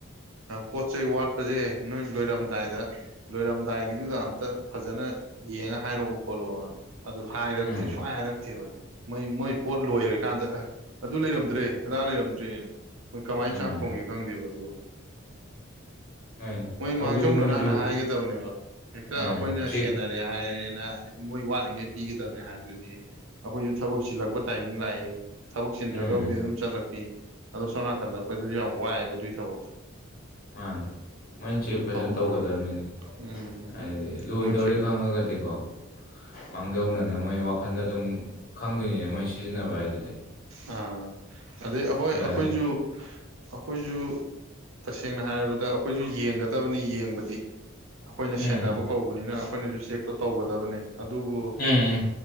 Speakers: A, on the right (about 75°); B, on the left (about 45°).
A: ꯄꯣꯠ ꯆꯩꯩ ꯋꯥꯠꯄꯁꯦ ꯅꯣꯏ ꯂꯣꯏꯔꯝꯗꯥꯏꯗ ꯂꯣꯏꯔꯝꯗꯥꯏꯒꯤꯗꯨꯗ ꯑꯝꯇ ꯐꯖꯅ ꯌꯦꯡꯉ ꯍꯥꯏꯔꯛꯎ ꯈꯣꯠꯂꯣꯑꯣ ꯑꯗꯨ ꯍꯥꯏꯔꯛꯇꯦꯕ
B: ꯎꯝ
A: ꯁꯨꯍꯥꯏꯔꯛꯇꯦꯕ ꯃꯣꯏ ꯃꯣꯏ ꯄꯣꯠ ꯂꯣꯏꯔꯀꯥꯟꯗ ꯑꯗꯨ ꯂꯩꯔꯝꯗ꯭ꯔꯦ ꯑꯗꯥ ꯂꯩꯔꯝꯗ꯭ꯔꯦ ꯃꯣꯏ ꯀꯃꯥꯏꯅ
B: ꯎꯝ
A: ꯆꯥꯛ ꯊꯣꯡꯒꯦ ꯈꯪꯗꯦꯕ ꯑꯗꯨ
B: ꯍꯣꯏꯅꯦ
A: ꯃꯣꯏ
B: ꯇꯧꯕꯗꯤ
A: ꯃꯥꯡꯖꯧꯅꯅ
B: ꯃꯣꯏꯁꯨ
A: ꯍꯥꯟꯅ ꯍꯥꯏꯒꯗꯕꯅꯦꯕ ꯍꯦꯛꯇ
B: ꯎꯝ
A: ꯑꯩꯈꯣꯏꯅ
B: ꯆꯦꯛ
A: ꯁꯦꯟꯅꯔ ꯍꯥꯏꯔꯦꯅ ꯃꯣꯏ ꯋꯥꯠꯂꯤꯉꯩ ꯄꯤꯒꯗꯅꯦ ꯍꯥꯏꯕꯗꯨꯗꯤ ꯑꯩꯈꯣꯏꯁꯨ ꯊꯕꯛ ꯆꯤꯜꯂꯛꯄ ꯇꯥꯏꯃꯤꯡ ꯂꯥꯛꯑꯦ ꯊꯕꯛ ꯆꯤꯟꯗ꯭ꯔꯒꯕꯨꯗꯤ
B: ꯎꯝ
A: ꯑꯗꯨꯝ ꯆꯠꯂꯛꯄꯤ ꯑꯗꯣ ꯁꯣꯝ ꯅꯥꯀꯟꯗ ꯑꯩꯈꯣꯏꯗꯁꯨ ꯌꯥꯝ ꯋꯥꯏꯑꯦꯕ ꯑꯗꯨꯒꯤ ꯊꯕꯛꯇꯣ
B: ꯃꯥꯅꯦ ꯃꯣꯏꯅ ꯆꯦꯛ
A: ꯑꯗꯨ
B: ꯐꯖꯅ
A: ꯇꯧꯕꯅ
B: ꯇꯧꯒꯗꯕꯅꯤꯅꯦ
A: ꯎꯝ
B: ꯍꯥꯏꯗꯤ ꯂꯣꯏꯗꯧꯔꯦ
A: ꯃꯣꯏ ꯆꯦꯛ
B: ꯈꯪꯉꯒꯗꯤꯀꯣ ꯃꯥꯡꯖꯧꯅꯅꯕ ꯃꯣꯏ ꯋꯥꯈꯟꯗ ꯑꯗꯨꯝ ꯈꯪꯗꯣꯏꯅꯤꯅꯦ ꯃꯣꯏ ꯁꯤꯖꯤꯟꯅꯕ ꯍꯥꯏꯗꯨꯗꯤ
A: ꯑꯥ ꯑꯗꯩ ꯍꯣꯏ
B: ꯗꯥꯟ
A: ꯑꯩꯈꯣꯏꯁꯨ ꯑꯩꯈꯣꯏꯁꯨ ꯇꯁꯦꯡꯅ ꯍꯥꯏꯔꯕꯗ ꯑꯩꯈꯣꯏꯁꯨ ꯌꯦꯡꯒꯗ <unintelligible> ꯌꯦꯡꯕꯗꯤ ꯑꯩꯈꯣꯏꯅ
B: ꯎꯝ
A: ꯁꯦꯟꯅꯕ ꯀꯧꯕꯅꯤꯅ ꯑꯩꯈꯣꯏꯅꯁꯨ ꯆꯦꯛꯇꯣ ꯇꯧꯒꯗꯕꯅꯦ ꯑꯗꯨꯕꯨ
B: ꯎꯝ ꯎꯝ